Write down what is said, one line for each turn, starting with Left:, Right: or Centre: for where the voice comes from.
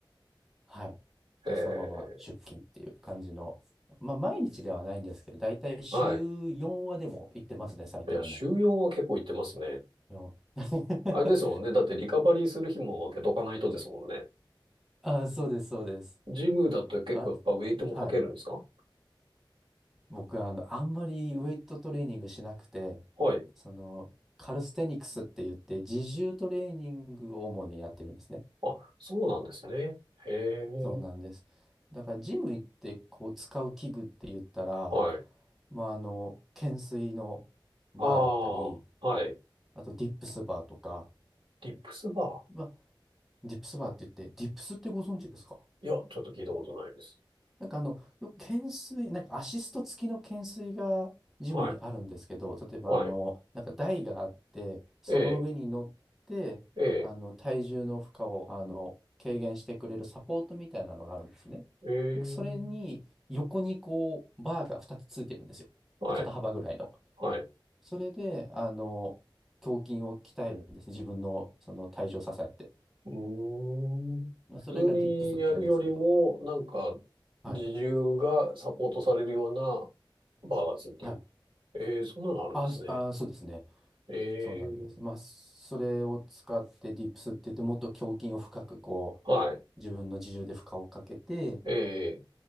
Centre: はい。
Right: ええ
Centre: で、そのまま出勤っていう感じの。まあ、毎日ではないんですけど、大体週4はでも行ってますね、
Right: はい。
Centre: 最低でも。
Right: いや、週4は結構行ってますね。
Centre: 4。<laughs>
Right: あれですもんね。だってリカバリーする日も開けとかないとですもんね。
Centre: あ、そうです、そうです。
Right: ジムだと結構やっぱウェイトもかけるんですか
Centre: あ、はい。僕はあの、あんまりウェイトトレーニングしなくて、
Right: はい。
Centre: その、カルステニクスって言って、自重トレーニングを主にやってるんですね。
Right: あ、そうなんですね。へえ。
Centre: そうなんです。だから、ジム行って、こう、使う器具って言ったら、
Right: はい。
Centre: まあ、あの、懸垂のバーだったり、
Right: ああ、はい。
Centre: あと、ディップスバーとか、
Right: リップスバ
Centre: まあ、ディップスバーって言って、ディップスってご存知ですか
Right: ー。いや、ちょっと聞いたことないです。
Centre: なんかあの、よく懸垂、なんかアシスト付きの懸垂がジムにあるんですけど、
Right: はい。
Centre: 例えばあの、
Right: はい。
Centre: なんか台があって、その上に乗って、
Right: ええ、ええ、
Centre: あの、体重の負荷を、あの、軽減してくれるサポートみたいなのがあるんですね。
Right: ええ、
Centre: で、それに横にこう、バーが2つついてるんですよ。
Right: はい、
Centre: 肩幅ぐらいの。
Right: はい。
Centre: それで、あの、胸筋を鍛えるんですね。自分のその体重を支えて。
Right: うーん。
Centre: まあ、それがディップスって言うんですけど。
Right: 普通にやるよりも、なんか、
Centre: はい。
Right: 自重がサポートされるようなバーがついてる。
Centre: はい。
Right: ええ、そんなのあるんですね。
Centre: あ、あ、そうですね。
Right: ええ、
Centre: そうなんです。まあ、それを使ってディップスって言って、もっと胸筋を深くこう、
Right: はい、
Centre: 自分の自重で負荷をかけて
Right: ええ、